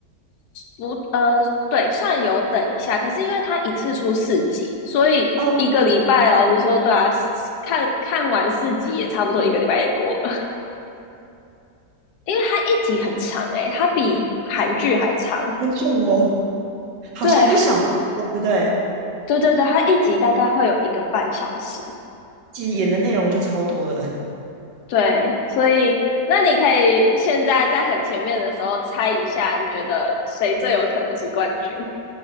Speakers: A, on the left; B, on the right.
A: 不，呃，对，算有等一下，可是因为他一次出四集，所以一个礼拜，
B: 哦，
A: 老实说，对啊，看看完四集也差不多一个礼拜也过了，<laughs> 因为他一集很长诶、他比韩剧还长，
B: 好久哦，好像一小时多对不对？
A: 对，他，对对对，他一集大概会有一个半小时，
B: 其实演的内容就超多了。
A: 对，所以那你可以现在在很前面的时候猜一下，你觉得谁最有可能是冠军？